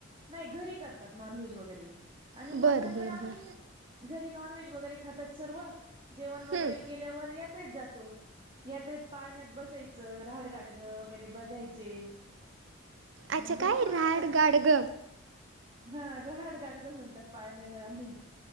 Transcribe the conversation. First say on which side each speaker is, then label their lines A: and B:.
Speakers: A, on the right; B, on the right.
A: नाही घरी करतात नॉनव्हेज वगैरे आणि
B: बर
A: मग नंतर
B: बर
A: आम्ही
B: बर
A: घरी नॉन व्हेज वगैरे खातात सर्व जेवण वगैरे
B: हम्म,
A: केल्यावर या यात्रेत जातो यात्रेत पाळण्यात बसायचं राहाडगाडगं वगैरे बघायचे
B: अच्छा
A: भरपूर
B: काय राड
A: अस असतात
B: गाडग
A: हा रहाड गाडगं म्हणतात पाळण्याला आम्ही